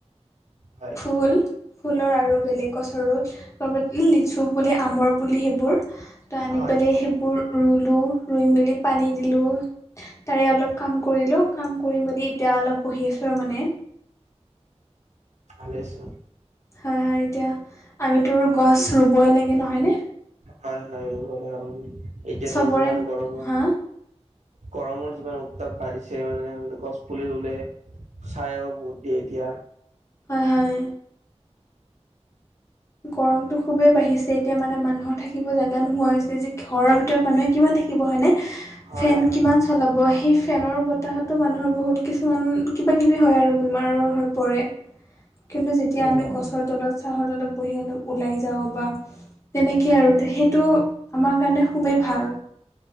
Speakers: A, on the right; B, on the left.
A: হয়
B: ফুল ফুলৰ আৰু বেলেগ গছৰো। লগত লিচু পুলি, আমৰ পুলি সেইবোৰ। ত আনি
A: হয়
B: পেলাই সেইবোৰ ৰুলোঁ, ৰুই মেলি পানী দিলোঁ। তাৰে অলপ কাম কৰিলোঁ, কাম কৰি মেলি এতিয়া অলপ বহি আছোঁ আৰু মানে।
A: ভালেচুন।
B: হয়, হয় এতিয়া, আমিতো গছ ৰুবই লাগে নহয় নে?
A: হয়, হয় <unintelligible> এতিয়াতো
B: চবৰে
A: যিমান গৰমত
B: হা
A: গৰমৰ যিমান উত্তাপ বাঢ়িছে মানে গছপুলি ৰুলে চাইও বহুত দিয়ে এতিয়া।
B: হয়, হয়। গৰমতটো খুবেই বাঢ়িছে এতিয়া মানে মানুহৰ থাকিব জেগা নোহোৱা হৈছে যে, ঘৰৰ ভিতৰত মানুহে কিমান থাকিব হয়নে?
A: হয়
B: ফেন
A: হয়।
B: কিমান লব সেই ফেনৰ বতাহতো মানুহৰ বহুত কিছুমান কিবা কিবি হয় আৰু বেমাৰৰ হৈ পৰে।
A: <unintelligible>
B: কিন্তু যেতিয়া
A: উম
B: আমি গছৰ তলত চাহৰ তলত পঢ়ি অলপ ওলাই যাওঁ বা তেনেকেই আৰু সেইটো আমাৰ কাৰণে খুবেই ভাল।